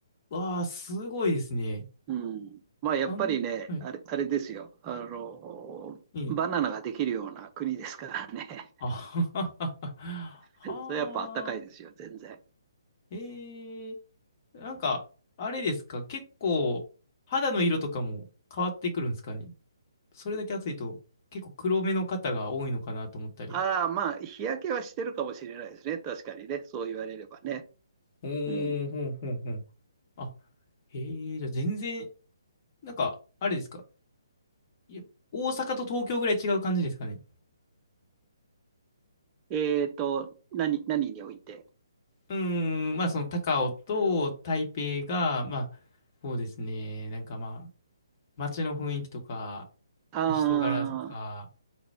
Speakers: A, on the left; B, on the right.
A: わあ、すごいですね。
B: うん。まあ、やっぱりね、
A: かん、はい。
B: あれ、あれですよ。あの、
A: ええ。
B: バナナができるような国ですからね。
A: あはははは。
B: <laughs> それやっぱ暖かいですよ、
A: はあ。
B: 全然。
A: ええ。なんか、あれですか、結構、肌の色とかも変わってくるんですかね。それだけ暑いと、結構黒目の方が多いのかなと思ったり。
B: ああ、まあ、日焼けはしてるかもしれないですね。確かにね。そう言われればね。
A: おー、
B: うん。
A: ほんほんほん。あ、へえ、じゃあ全然、なんか、あれですか。いや大阪と東京ぐらい違う感じですかね。
B: えっと、何、何において。
A: うーん、まあその高雄と台北が、まあ、そうですね、なんかまあ、街の雰囲気とか、
B: あ
A: 人柄とか、
B: あ、